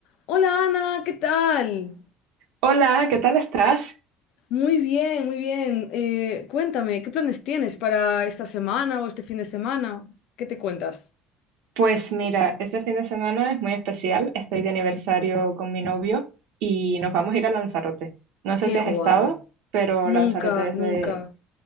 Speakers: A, on the left; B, on the right.
A: Hola Ana, ¿qué tal?
B: Hola, ¿qué tal estás?
A: Muy bien, muy bien. Eh, cuéntame, ¿qué planes tienes para esta semana o este fin de semana? ¿Qué te cuentas?
B: Pues mira, este fin de semana es muy especial. Estoy de aniversario con mi novio y nos vamos a ir a Lanzarote. No sé
A: Qué
B: si
A: guay.
B: has estado, pero
A: Nunca,
B: Lanzarote es
A: nunca.
B: de...